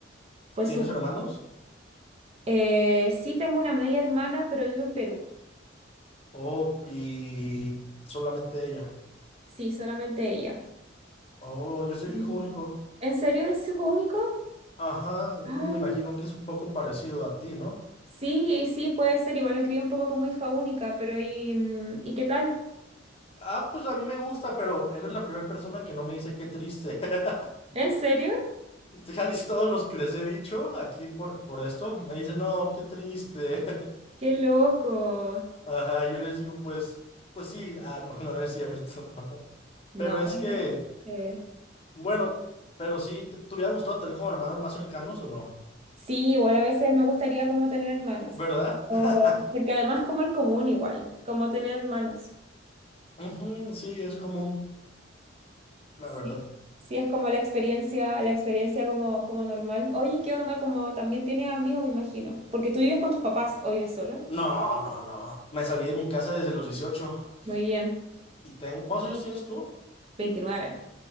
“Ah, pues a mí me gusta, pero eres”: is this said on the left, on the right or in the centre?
Left